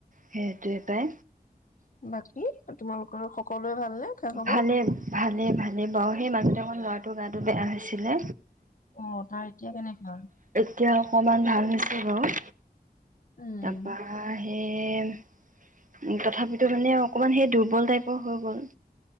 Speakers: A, on the right (about 50°); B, on the left (about 55°).
A: সেইটোৱে পাই
B: বাকী তোমালোকৰ সকলোৱে ভালনে খা খবৰ
A: ভালে ভালেই ভালে বাও সেই মাজতে অকমান ল'ৰাটো ৰ গাটো বেয়া হৈছিলে
B: অ তাৰ এতিয়া কেনেকোৱা?
A: এতিয়া অকমান ভাল হৈছে বাৰু
B: উম
A: তাপাই সেই তথাপিতো মানে অকমান সেই দুৰ্বল টাইপৰ হৈ গ'ল